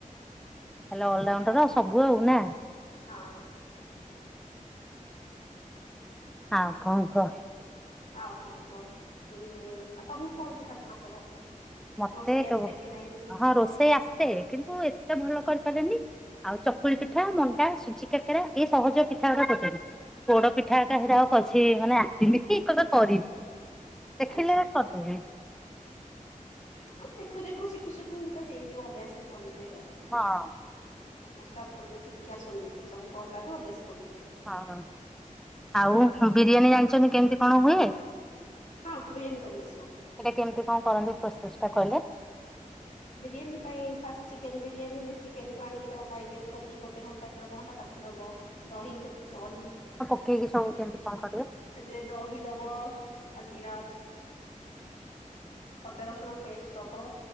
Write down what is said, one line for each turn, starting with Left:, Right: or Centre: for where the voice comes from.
Centre: ତାହେଲେ ଅଲରାଉଣ୍ଡର ଆଉ ସବୁ ଆଉ ନା।
Left: ହଁ।
Centre: ହଁ କଣ କୁହ?
Left: ଆଉ କଣ କୁହ ହୁଁ ଆଉ ତମୁକୁ କଣ ପିଠା ପଣା ସବୁ ଆସେ?
Centre: ମତେ
Left: ରୋଷେଇ
Centre: କେବ
Left: ଆସେ କି ନାଇଁ?
Centre: ହଁ ରୋଷେଇ ଆସେ କିନ୍ତୁ ଏତେ ଭଲ କରିପାରେନି। ଆଉ ଚକୁଳି ପିଠା, ମଣ୍ଡା, ସୁଜି କାକରା, ଏଇ ସହଜ ପିଠାଗୁଡା କରିଦେବି। ପୋଡ ପିଠା ଏକା ହେରା ଆଉ କରସିକିନ ମାନେ ଆସିନିକି କେବେ କରିନି ଦେଖିଲେ
Left: ଆଚ୍ଛା
Centre: କର ଦେବି।
Left: ହଁ ଦେଖୁ ଦେଖୁ ଶିଖୁ ଶିଖୁ ତ ହେଇଯିବ ଅଭ୍ୟାସରେ ପଡିଯାଏ ଆଉ।
Centre: ହଁ।
Left: ସମସ୍ତେ ଆଉ ଥୋଡ଼ିନା ଶିଖିକି ଆସନ୍ତି କିି ସବୁ କରଲାଠୁ ଅଭ୍ୟାସ ପଡିଯାଏ।
Centre: ହଁ ହଁ ଆଉ ବିରିୟାନୀ ଜାଣିଚନ୍ତି କେମିତି କଣ ହୁଏ?
Left: ହଁ ବିରିୟାନୀ କରିଆସିବ।
Centre: ସେଇଟା କେମିତି କଣ କରନ୍ତି ପ୍ରୋସେସ ଟା କହିଲେ?
Left: ବିରିୟାନୀ ପାଇଁ ଫାଷ୍ଟ ଚିକେନ ବିରିୟାନୀ ହେଲେ ଚିକେନ୍ କୁ ଆଣିକି ତାକୁ ମାରିନେଟ କରିକି ଗୋଟ ଗୋଟେ ଘଣ୍ଟା କି ଅଧଘଣ୍ଟା ରଖିଦବ, ଦହି ସେ ଦହି
Centre: ପକେଇ କିି ସବୁ ଦିଅନ୍ତି କଣ କରିବେ?
Left: ସେଥିରେ ଦହି ଦବ, ଆଉ ଜିରା ଅଦା, ରସୁଣ, ପେଷ୍ଟ ଦବ।